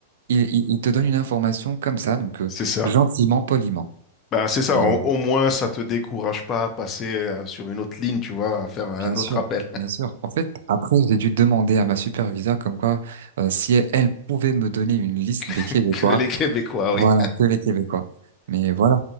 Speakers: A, on the right; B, on the left.
A: il, il- il te donne une information comme ça, donc euh,
B: c'est ça.
A: gentiment, poliment.
B: Bah, c'est ça.
A: Et,
B: Au,
A: euh,
B: au moins, ça te décourage pas à passer euh, sur une autre ligne, tu vois, à faire un
A: bien sûr,
B: autre appel
A: bien sûr. En fait, après, j'ai dû demander à ma superviseure comme quoi euh, si elle pouvait me donner une liste des
B: <laughs>
A: Québécois,
B: que les Québécois,
A: voilà,
B: oui.
A: que les Québécois. Mais voilà,